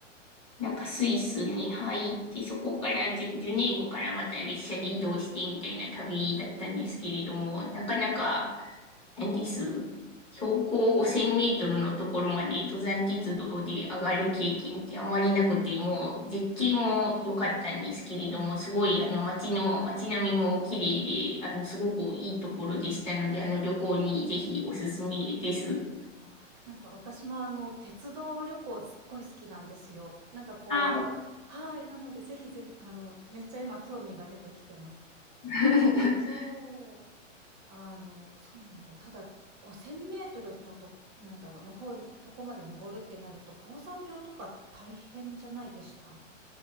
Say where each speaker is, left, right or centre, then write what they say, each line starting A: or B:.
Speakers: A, on the left (about 15°); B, on the right (about 35°).
A: なんかスイスに入って、そこからジュ、ジュネーブからまた列車で移動してみたいな旅だったんですけれども、なかなか、何です。標高5000メートルのところまで登山鉄道で上がる経験ってあまりなくて、もう絶景も良かったんですけれども、すごいあの街の、街並みも綺麗で、あのすごくいいところでしたので、あの旅行にぜひおすすめです。
B: あ、なんか私もあの、鉄道旅行すっごい好きなんですよ。なんかこう、
A: ああ、わか
B: はい、なのでぜひぜひ、あの、めっちゃ今興味が出てきてます。
A: <laughs>
B: そう。あの、そうなんだ。ただ、5000メートルのと、なんだろう、の方、とこまで登るってなると、高山病とか大変じゃないでした